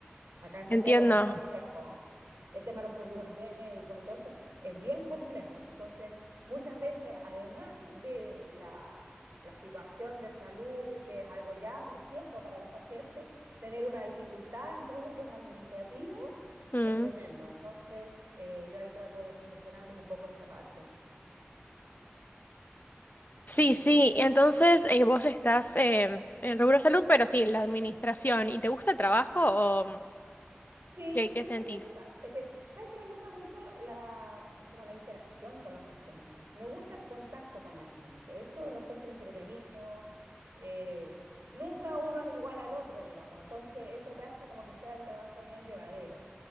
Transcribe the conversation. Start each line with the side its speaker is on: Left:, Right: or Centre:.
Right: Acá en Santiago
Left: entiendo.
Right: es re complejo. El tema de los seguros médicos y todo eso es bien complejo. Entonces, muchas veces, además de la, la situación de salud, que es algo ya angustioso para los pacientes, tener una dificultad en todo lo que es administrativo
Left: Mm.
Right: es tremendo. Entonces, eh, yo ahí trato de solucionarles un poco esa parte.
Left: Sí,
Right: Así
Left: sí,
Right: que
Left: entonces eh, vos estás em, en rubro salud, pero sí, en la administración. ¿Y te gusta el trabajo o mm,
Right: Sí,
Left: qué, qué
Right: sí me
Left: sentís?
Right: gusta. Es que, ¿sabes qué? Me gusta mucho la, como la interacción con los pacientes. Me gusta el contacto con la gente. Eso lo encuentro entretenido. Eh, nunca uno es igual al otro, digamos. Entonces, eso te hace como que sea el trabajo bien llevadero.